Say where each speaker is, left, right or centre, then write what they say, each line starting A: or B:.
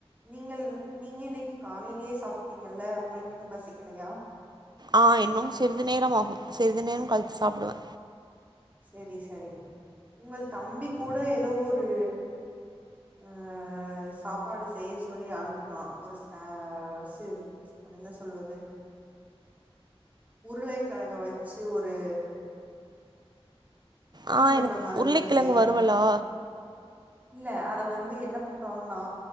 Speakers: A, on the right; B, on the right.
A: நீங்கள் நீங்க இன்னைக்கு காலையிலயே சாப்பிட்டீங்கல்ல உங்களுக்கு இன்னும் பசிக்கிலையா
B: ஆஹ் இன்னும் சிறிது நேரம் ஆகும் சிறிது நேரம் கழிச்சு சாப்புடுவே
A: செரி செரி உங்கள் தம்பி கூட ஏதோ ஒரு அஹ் சாப்பாடு செய்ய சொல்லி அனுப்புனா ஒரு ச ச அது என்ன சொல்வது உருளைக்கிழங்க வச்சு ஒரு தீன்பண்ட
B: ஆ எனக்கு
A: மாதிரி
B: உருளைக்கிழங்கு
A: ஒண்ணு செய்ய
B: வறுவலா
A: அனுப்புனா இல்ல அத வந்து என்ன பண்றாங்கன்னா